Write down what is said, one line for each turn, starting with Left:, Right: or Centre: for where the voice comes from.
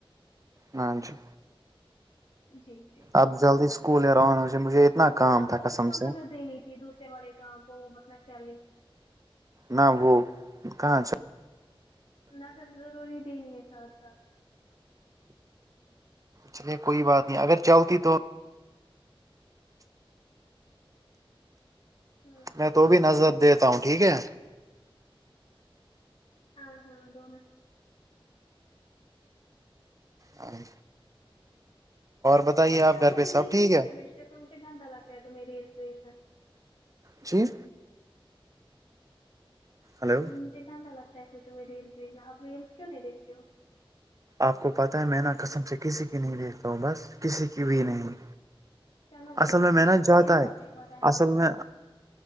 Right: ہاں جی
Left: جی جی
Right: اب جلدی اسکول ہے رہون سے مجھے اتنا کام
Left: آپ
Right: تھا
Left: کو
Right: قسم
Left: اس کو
Right: سے
Left: نظر دینی تھی دوسرے والے کام کو وہ بتنا چالی
Right: نہ وہ کہاں چ
Left: نظر رور ہی دینی ہے ساتھ ساتھ
Right: چلیے کوئی بات نہیں اگر چلتی تو
Left: ہوں
Right: میں
Left: ہوں
Right: تو بھی نظر دیتا ہوں ٹھیک ہے
Left: ہاں ہاں دنا
Right: اور بتائیے
Left: ویسےپ
Right: آپ گھر
Left: میری
Right: پہ سب
Left: ریلس
Right: ٹھیک
Left: کیوں
Right: ہے
Left: نہیں بیچتے پھر مجھے گندا لگتا ہے تو میے ریلس بھیچنا
Right: جی ہلو
Left: مجھے گندا لگتا ہے پھر تمہیں ریلس بھیجنا ا رلس کیوں نہیں دیکھتے ہو
Right: آپ کو پتاہ ہے میں نہا قسم سے کسی کی نہیں دیکھتا ہوں بس کسی کی بھی نہیں
Left: چلو کوئی
Right: اصل میں محنت
Left: کوئی
Right: جاتا
Left: کوئی بات
Right: ہے
Left: نہیں پتہ ہے
Right: اصل
Left: آپ
Right: میں